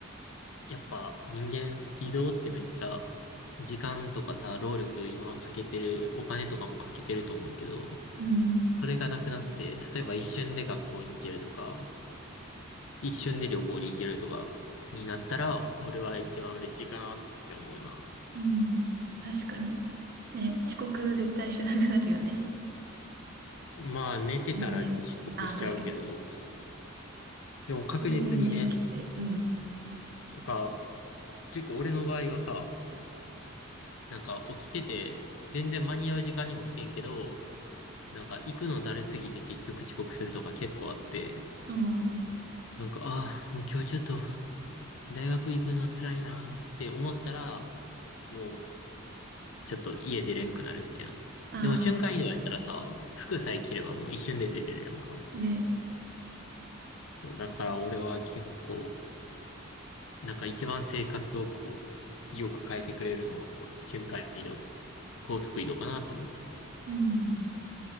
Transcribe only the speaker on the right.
うん、
うん。確かに。ね、遅刻絶対しなくなるよね。
死んで。ああ、確かに。
直前に起きて。うん。
うん。
ああ、
ね。
うん。